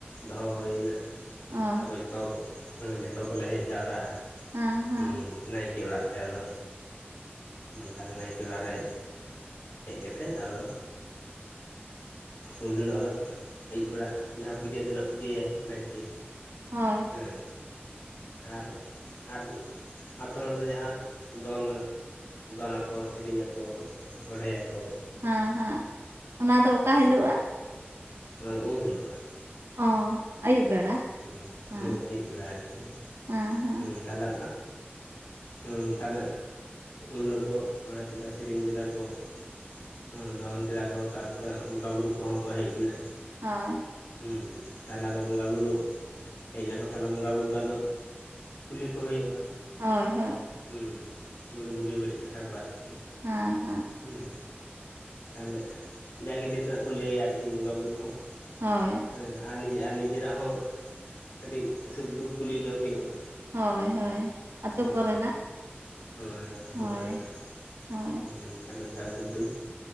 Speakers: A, on the left; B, on the right.
A: ᱫᱚᱦᱚ ᱦᱳᱭᱱᱟ᱾
B: ᱦᱳᱭ
A: ᱛᱟᱯᱚᱨ ᱡᱷᱚᱛᱚ ᱦᱮᱸ ᱡᱷᱚᱛᱚ ᱠᱚᱞᱮ ᱦᱮᱡ ᱡᱟᱣᱨᱟᱜ-ᱟ
B: ᱦᱮᱸ ᱦᱮᱸ
A: ᱦᱩᱸ᱾ ᱱᱟᱭᱠᱮ ᱚᱲᱟᱜ ᱛᱮ ᱟᱫᱚ ᱛᱟᱞᱦᱮ ᱱᱟᱭᱠᱮ ᱚᱲᱟᱜ ᱨᱮ ᱦᱮᱡ ᱠᱟᱛᱮᱫ ᱟᱫᱚ ᱩᱱ ᱦᱤᱞᱳᱜ ᱟᱫᱚ ᱟᱹᱭᱩᱵ ᱵᱮᱲᱟ ᱡᱟᱦᱟ ᱯᱩᱡᱟᱹ ᱛᱮᱱᱟᱜ ᱯᱩᱡᱟᱹᱭᱟ ᱱᱟᱭ ᱠᱮ
B: ᱦᱳᱭ
A: ᱦᱮᱸ ᱟᱨ ᱟᱨ ᱟᱛᱳ ᱦᱚᱲᱫᱚ ᱡᱟᱦᱟ ᱫᱚᱱ ᱫᱚᱱᱟ ᱟᱠᱚ ᱥᱮᱨᱮᱧ ᱟᱠᱚ ᱚᱸᱬᱦᱮᱭᱟ ᱠᱚ᱾
B: ᱦᱮᱸ ᱦᱮᱸ ᱚᱱᱟ ᱫᱚ ᱚᱠᱟ ᱦᱤᱞᱳᱜ-ᱟᱜ?
A: ᱚᱱᱟ ᱫᱚ ᱩᱢ ᱦᱤᱞᱳᱜ-ᱟᱜ᱾
B: ᱚ ᱟᱹᱭᱩᱵ ᱵᱮᱲᱟ
A: ᱦᱩᱸ,
B: ᱦᱮᱸ
A: ᱦᱩᱸ ᱟᱹᱭᱩᱵ ᱵᱟᱲᱮ ᱟᱨ ᱠᱤ
B: ᱦᱮᱸ ᱦᱮᱸ
A: ᱦᱩᱸ ᱛᱟᱞᱦᱮ ᱦᱮᱸ ᱛᱟᱞᱦᱮ ᱩᱱ ᱦᱤᱞᱳᱜ ᱠᱚ ᱚᱸᱬᱦᱮ ᱠᱮᱫᱟ ᱠᱚ ᱥᱮᱨᱮᱧ ᱠᱮᱫᱟ ᱠᱚ᱾ ᱦᱩᱸ ᱫᱚᱱ ᱠᱮᱫᱟ ᱠᱚ ᱛᱟᱨᱯᱚᱨᱮ ᱵᱚᱸᱜᱟ ᱵᱩᱨᱩ ᱠᱚᱦᱚᱸ ᱠᱚ ᱦᱮᱡ ᱱᱟ᱾
B: ᱦᱳᱭ᱾
A: ᱦᱩᱸ ᱛᱟᱞᱦᱮ ᱟᱫᱚ ᱵᱚᱸᱜᱟ ᱵᱩᱨᱩ ᱦᱮᱡ ᱱᱟᱠᱚ ᱛᱟᱞᱦᱮ ᱵᱚᱸᱜᱟ ᱵᱩᱨᱩ ᱠᱚ ᱟᱫᱚ ᱠᱩᱞᱤ ᱠᱚ ᱦᱳᱭᱳᱜ-ᱟ᱾
B: ᱦᱳᱭ, ᱦᱳᱭ᱾
A: ᱦᱩᱸ ᱢᱟᱱᱮ ᱵᱩᱜᱮ ᱵᱟᱹᱲᱤᱡ ᱠᱟᱛᱷᱟ ᱠᱚ ᱟᱨᱠᱤ᱾
B: ᱦᱮᱸ, ᱦᱮᱸ᱾
A: ᱦᱩᱸ ᱛᱟᱞᱦᱮ ᱡᱟᱜᱮ ᱞᱟᱹᱭ ᱛᱮᱱᱟᱜ ᱠᱚ ᱞᱟᱹᱭ-ᱟ ᱟᱨᱠᱤ ᱵᱚᱸᱜᱟ ᱵᱩᱨᱩ ᱦᱚᱸ᱾
B: ᱦᱳᱭ᱾
A: ᱦᱮᱸ ᱟᱨ ᱱᱤᱡᱮ ᱟᱨ ᱱᱤᱡᱮᱨᱟᱜ ᱦᱚᱸ ᱠᱟᱹᱴᱤᱡ ᱥᱩᱠ ᱫᱩᱠ ᱠᱩᱞᱤ ᱡᱚᱝ ᱦᱳᱭᱳᱜ-ᱟ᱾
B: ᱦᱳᱭ, ᱦᱳᱭ᱾ ᱟᱛᱳ
A: ᱦᱩᱸ
B: ᱠᱚᱨᱮᱱᱟᱜ
A: ᱦᱳᱭ ᱟᱛᱳ
B: ᱦᱳᱭ
A: ᱠᱚᱨᱮᱱᱟᱜ
B: ᱦᱳᱭ
A: ᱦᱩᱸ᱾ ᱛᱟᱞᱦᱮ ᱚᱱᱠᱟ ᱥᱩᱠ ᱫᱩᱠ